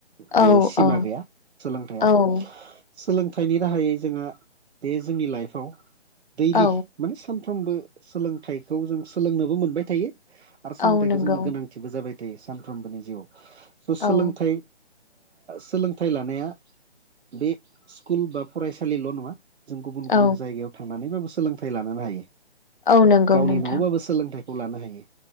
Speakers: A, on the right; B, on the left.
A: बे
B: औ
A: सिमा
B: औ
A: गैया सोलोंथाइया
B: औ
A: सोलोंथाइनि राहायै जोंहा बे जोंनि लाइफआव दैलि
B: औ
A: माने सानफ्रोमबो सोलोंथाइखौ जों सोलोंनोबो मोनबाय थायो आरो सोलोंथाइखौ
B: औ नंगौ
A: जोंनो गोनां बो जाबाय थायो सानफ्रोमबोनि जिउआव स' सोलोंथाइ
B: औ
A: सोलोंथाइ लानाया बे स्कुल बा फरायसालिल' नङा जों गुबुन
B: औ
A: गुबुन जायगायाव थांनानैबाबो सोलोंथाइ लानोनो हायो
B: औ नंगौ
A: गावनि
B: नोंथां
A: न'आवबाबो सोलोंथाइखौ लानो हायो